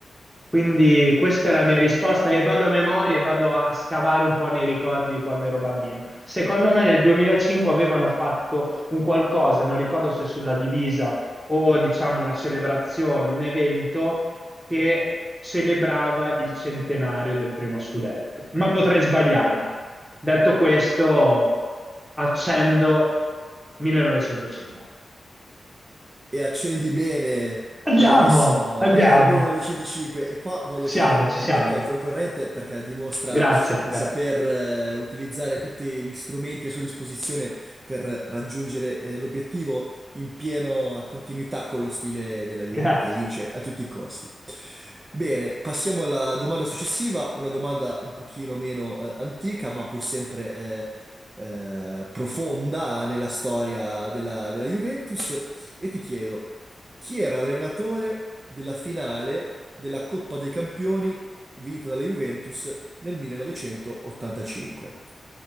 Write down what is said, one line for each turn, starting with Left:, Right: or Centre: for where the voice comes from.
Centre: Quindi questa è la mia risposta e vado a memoria e vado a scavare un po' nei ricordi di quando ero bambino. Secondo me nel 2005 avevano fatto un qualcosa, non ricordo se sulla divisa o diciamo una celebrazione, un evento che celebrava il centenario del primo scudetto, ma potrei sbagliarmi. Detto questo, accendo 1905.
Right: E accendi bene,
Centre: Andiamo,
Right: bravissimo.
Centre: andiamo.
Right: Era il 1905 e qua voglio
Centre: Ci siamo,
Right: fare i complimenti
Centre: ci siamo.
Right: al concorrente perché dimostra
Centre: Grazie,
Right: di
Centre: grazie,
Right: saper eh, utilizzare tutti gli strumenti a sua disposizione per raggiungere eh, l'obiettivo in piena continuità con lo stile della Juve
Centre: grazie.
Right: che vince a tutti i costi. Bene, passiamo alla domanda successiva, una domanda un pochino meno eh, antica, ma pur sempre eh, eh, profonda nella storia della della Juventus. E ti chiedo, chi era l'allenatore della finale della Coppa dei Campioni vinta dalla Juventus nel 1985?